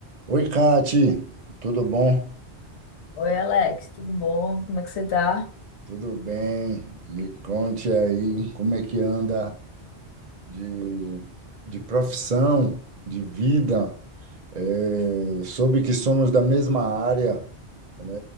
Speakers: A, on the right; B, on the left.
A: Oi, Kati, tudo bom?
B: Oi, Alex, tudo bom? Como é que você tá?
A: Tudo bem? Me conte aí como é que anda de, de profissão, de vida. É, soube que somos da mesma área, né?